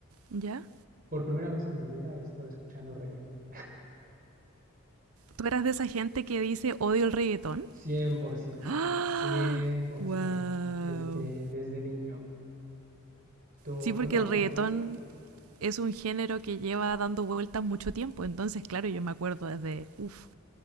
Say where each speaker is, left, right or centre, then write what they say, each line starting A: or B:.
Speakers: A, on the right; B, on the right.
A: ¿Ya?
B: por primera vez en mi vida he estado escuchando reggaetón.
A: ¿Tú eras de esa gente que dice odio el reggaetón?
B: cien por ciento.
A: <gasps> ¡Ah!
B: cien por
A: ¡Wow!
B: ciento, desde, desde niño. ¿Tú,
A: Sí, porque
B: tú no?
A: el
B: ¿A ti
A: reggaetón
B: sí te gusta?
A: es un género que lleva dando vueltas mucho tiempo. Entonces, claro, yo me acuerdo desde, uff,